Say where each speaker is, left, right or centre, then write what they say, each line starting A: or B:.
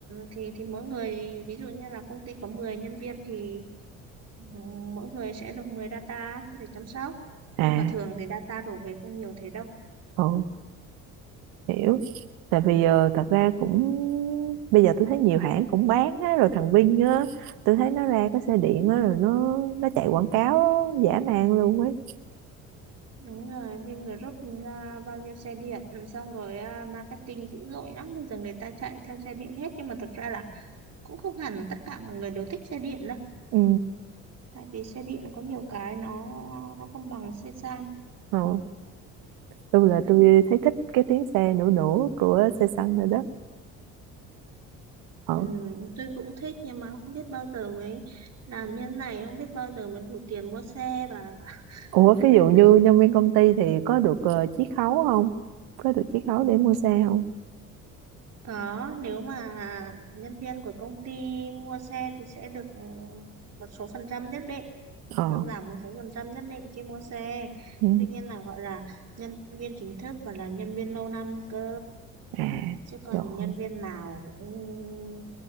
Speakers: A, on the right; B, on the right.
A: thì thì mỗi người ví dụ như là công ty có 10 nhân viên thì ừ, mỗi người sẽ được 10 data để chăm sóc
B: à
A: nhưng mà thường thì data đổ về không nhiều thế đâu
B: ờ hiểu tại vì ờ, thật ra cũng bây giờ tôi thấy nhiều hãng cũng bán á, rồi thằng Vinh á tôi thấy nó ra cái xe điện
A: Ừ,
B: á rồi nó nó chạy quảng cáo giả man luôn ấy
A: đúng rồi Vingroup ra bao nhiêu xe điện ừ, xong rồi à, marketing dữ dội lắm bây giờ người ta chạy theo xe điện hết nhưng mà thực ra là cũng không hẳn tất cả mọi người đều thích xe điện đâu
B: ừ
A: tại vì xe điện có nhiều cái nó nó không bằng xe xăng
B: ờ tôi
A: đấy
B: là tôi thấy thích cái tiếng xe nổ nổ của xe xăng rồi đó ờ.
A: ừ, tôi cũng thích nhưng mà không biết bao giờ mới làm như thế này không biết bao giờ mới đủ tiền mua xe và
B: ủa
A: <laughs>
B: ví dụ như nhân viên công ty thì có được ờ, chiết khấu không có được chiết khấu để mua xe không
A: có nếu mà nhân viên của công ty mua xe thì sẽ được ừ, một số phần trăm nhất định
B: ờ
A: hoặc giảm một số phần trăm nhất định khi mua xe
B: ừ.
A: tuy nhiên là gọi là nhân viên chính thức và là nhân viên lâu năm cơ
B: à
A: chứ còn
B: trời
A: nhân
B: ơi.
A: viên nào cũng